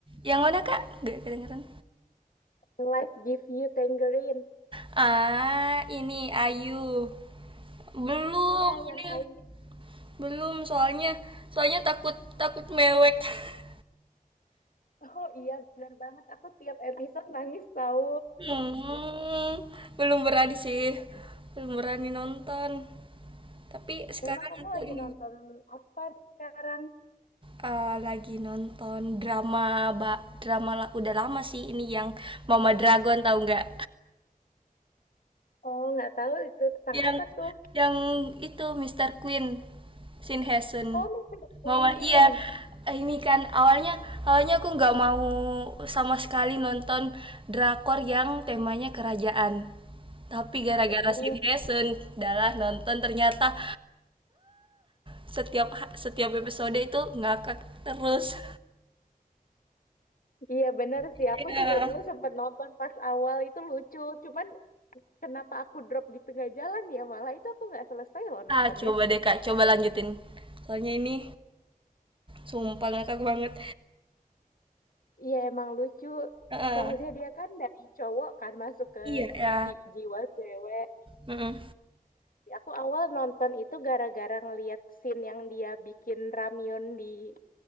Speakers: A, on the right; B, on the left.
A: Yang mana kak? Gak kedengeran.
B: When Life Gives You Tangerine.
A: Ah, ini Ayu. Belum,
B: Iya, yang
A: ini
B: Ayu.
A: belum soalnya soalnya takut takut mewek. <laughs>
B: Oh iya, bener banget. Aku tiap episode nangis tahu.
A: Hmm, belum berani sih, belum berani nonton. Tapi
B: <laughs>
A: sekarang
B: Memang kamu
A: aku
B: lagi
A: ini
B: nonton apa sekarang?
A: eh, lagi nonton drama ba drama la- udah lama sih ini yang Mama Dragon tahu nggak?
B: Oh, nggak tahu itu tentang
A: Yang
B: apa tuh?
A: yang itu Mister Queen, Shin Hye Sun.
B: Oh, Mister Queen.
A: Mau iya ini kan awalnya awalnya aku nggak mau sama sekali nonton drakor yang temanya kerajaan. Tapi gara-gara
B: Mm-mm.
A: Shin Hye Sun, dalah nonton ternyata setiap setiap episode itu ngakak terus.
B: Iya benar
A: Iya.
B: sih, aku juga dulu sempat nonton pas awal itu lucu, cuman Kenapa aku drop di tengah jalan ya? Malah itu aku nggak selesai loh nontonnya.
A: Ah, coba deh Kak, coba lanjutin. Soalnya ini sumpah ngakak banget.
B: Iya emang lucu.
A: Heeh.
B: Soalnya dia kan dari cowok kan masuk ke
A: iya, ya.
B: di- jiwa cewek.
A: Heeh.
B: Aku awal nonton itu gara-gara ngeliat scene yang dia bikin ramyun di